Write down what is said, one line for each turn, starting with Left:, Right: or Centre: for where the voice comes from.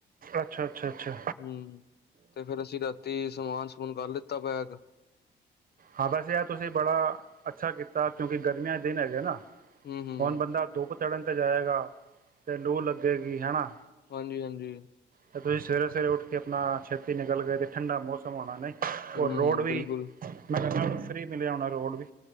Right: ਅੱਛਾ ਅੱਛਾ ਅੱਛਾ
Left: ਹੂੰ ਤੇ ਫੇਰ ਅਸੀਂ ਰਾ ਤੇ ਸਮਾਨ ਸਮੂਨ ਕਰ ਲਿੱਤਾ ਪੈਕ?
Right: ਹਾਂ, ਬੈਸੇ ਯਾਰ ਤੁਸੀਂ ਬੜਾ ਅੱਛਾ ਕੀਤਾ, ਕਿਉਂਕਿ ਗਰਮੀਆਂ ਦੇ ਦਿਨ ਹੈਗੇ ਨਾ।
Left: ਹੂੰ ਹੂੰ
Right: ਕੌਣ ਬੰਦਾ ਧੁੱਪ ਚੜਨ ਕੇ ਜਾਏਗਾ ਅਤੇ ਲੂ ਲੱਗੇਗੀ ਹੈ ਨਾ
Left: ਹਾਂਜੀ ਹਾਂਜੀ
Right: ਅਤੇ ਤੁਸੀਂ ਸਵੇਰੇ ਸਵੇਰੇ ਉੱਠ ਕੇ ਆਪਣਾ ਛੇਤੀ ਨਿਕਲ ਗਏ ਅਤੇ ਠੰਡਾ ਮੌਸਮ ਹੋਣਾ ਨਹੀਂ
Left: ਹੂੰ
Right: ਔਰ ਰੋਡ
Left: ਹੂੰ
Right: ਵੀ
Left: ਬਿਲਕੁਲ
Right: ਮੈਂ ਫ੍ਰਰੀ ਮਿਲਿਆ ਹੋਣਾ ਰੋਡ ਵੀ